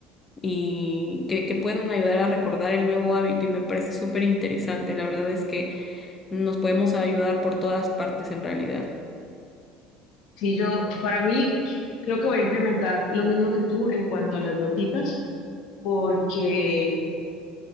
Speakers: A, on the left; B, on the left.
A: y que, que pueden ayudar a recordar el nuevo hábito y me parece súper interesante. La verdad es que nos podemos ayudar por todas partes en realidad.
B: Si yo, para mí, creo que voy a implementar lo mismo que tú en cuanto a las notitas, porque